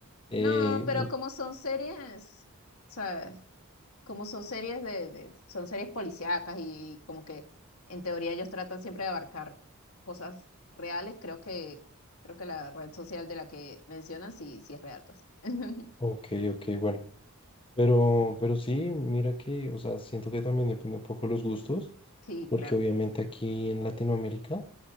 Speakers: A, on the left (about 25°); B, on the left (about 75°).
A: eh,
B: No, pero
A: u-
B: como son series, ¿sabes? como son series de, de- son series policíacas y como que en teoría ellos tratan siempre de abarcar cosas reales, creo que, creo que la red social de la que mencionan sí, sí es real, pues. <laughs>
A: ok, ok, bueno, pero, pero sí, mira que, o sea, siento que también depende un poco los gustos,
B: Sí,
A: porque
B: claro.
A: obviamente aquí en Latinoamérica